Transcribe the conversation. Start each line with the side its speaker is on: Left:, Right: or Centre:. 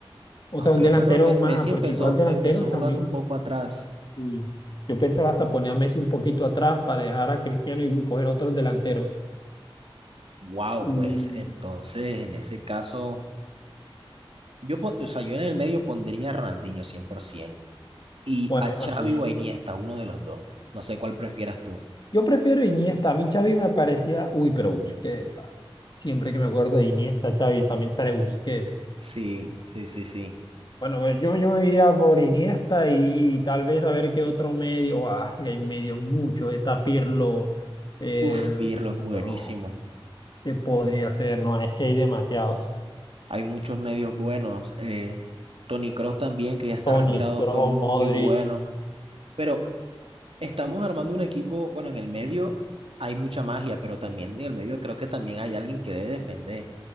Left: O
Right: Aunque
Left: sea, un delantero
Right: bueno, Me-
Left: más,
Right: Messi
Left: porque
Right: empezó,
Left: igual delanteros
Right: empezó
Left: también.
Right: jugando un poco atrás.
Left: Y yo pensaba hasta poner a Messi un poquito atrás para dejar a Cristiano y coger otros delanteros.
Right: Wow,
Left: Y
Right: pues entonces en ese caso, yo, pon- o sea, yo en el medio pondría a Ronaldinho 100% y
Left: bueno,
Right: a
Left: en
Right: Xavi
Left: realidad,
Right: o a Iniesta, uno de los dos. No sé cuál prefieras tú.
Left: yo prefiero Iniesta. A mí Xavi me parecía, uy, pero Busquets. Siempre que me acuerdo de Iniesta, Xavi, también sale Busquets.
Right: Sí, sí, sí, sí.
Left: Bueno, pues, yo, yo me iría por Iniesta y, y tal vez a ver qué otro medio. Ah, que hay medios muchos. Está Pirlo. eh,
Right: Uf, Pirlo es buenísimo.
Left: no, ¿qué podría ser? No, es que hay demasiados.
Right: Hay muchos medios buenos. Eh, Toni Kroos también, que ya está
Left: Toni
Right: retirado,
Left: Kroos,
Right: fue muy
Left: Modric.
Right: bueno. Pero estamos armando un equipo, bueno, en el medio hay mucha magia, pero también en el medio creo que también hay alguien que debe defender.